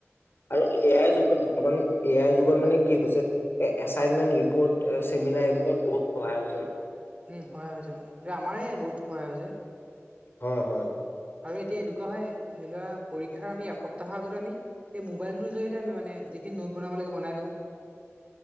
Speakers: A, on the left; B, on the right.
A: আৰু এ আই যুগত বৰ্তমান এ আই যুগত
B: হয়
A: মানে
B: কোৱা
A: কি হৈছে এ এচাইনমেন্ট ৰিপৰ্ট চেমিনাৰ এইবোৰত বহুত সহায় হৈছে ন
B: উম সহায় হৈছে অ আমাৰে বহুত সহায় হৈছে
A: হয় হয়
B: আৰু এতিয়া এনেকুৱা হয় ধৰি লোৱা পৰীক্ষাৰ আমি এসপ্তাহৰ আগত আমি এই মোবাইলটোৰ জৰিয়তে আমি মানে যিখিনি নোট বনাব লাগে বনাই লও